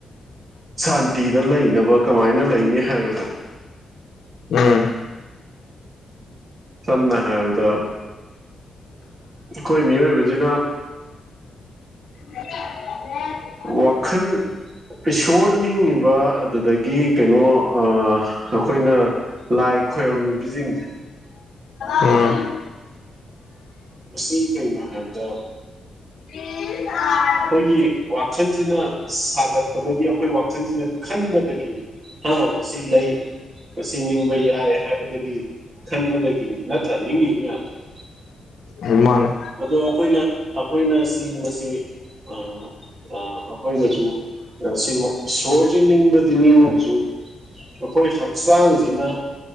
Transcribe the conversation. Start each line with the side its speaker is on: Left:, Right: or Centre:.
Right: ꯁꯥꯟꯇꯤꯗ ꯂꯩꯅꯕ ꯀꯃꯥꯏꯅ ꯂꯩꯅꯤ ꯍꯥꯏꯕꯁꯦ
Left: ꯎꯝ
Right: ꯁꯝꯅ ꯍꯥꯏꯕꯗ ꯈꯣꯏ ꯃꯤꯑꯣꯏꯕꯖꯤꯅ
Left: <unintelligible>
Right: ꯋꯥꯈꯟ ꯏꯁꯣꯔ ꯅꯤꯡꯉꯤꯕ ꯑꯗꯨꯗꯒꯤ ꯀꯩꯅꯣ ꯑꯥ ꯑꯩꯈꯣꯏꯅ ꯂꯥꯏ ꯈꯣꯏꯔꯝꯃꯤꯕ ꯖꯤꯡꯖꯦ
Left: ꯎꯝ
Right: ꯃꯁꯤ ꯀꯩꯅꯣ ꯍꯥꯏꯕꯗ
Left: <unintelligible>
Right: ꯈꯣꯏꯒꯤ ꯋꯥꯈꯟꯖꯤꯅ ꯁꯥꯒꯠꯄꯗꯒꯤ ꯑꯈꯣꯏ ꯋꯥꯈꯟꯖꯤꯅ ꯈꯟꯕꯗꯒꯤ ꯑꯥ ꯃꯁꯤ ꯂꯩ ꯃꯁꯤ ꯅꯤꯡꯕ ꯌꯥꯏ ꯍꯥꯏꯕꯗꯒꯤ ꯈꯟꯕꯗꯒꯤ ꯅꯠꯇ꯭ꯔꯥ ꯅꯤꯡꯉꯤ ꯃꯌꯥꯝꯁꯤ <unintelligible>
Left: ꯎꯝ ꯃꯥꯅꯦ
Right: ꯑꯗꯣ ꯑꯈꯣꯏꯅ ꯑꯈꯣꯏꯅ ꯁꯤ ꯃꯁꯤ ꯑꯥ ꯑꯥ ꯈꯣꯏꯅꯖꯨ ꯉꯁꯤ ꯕꯧ ꯏꯁꯣꯔꯖꯤ ꯅꯤꯡꯕ ꯇꯤꯅꯤꯡꯉꯁꯖꯨ ꯑꯈꯣꯏ ꯍꯛꯆꯥꯡꯖꯤꯅ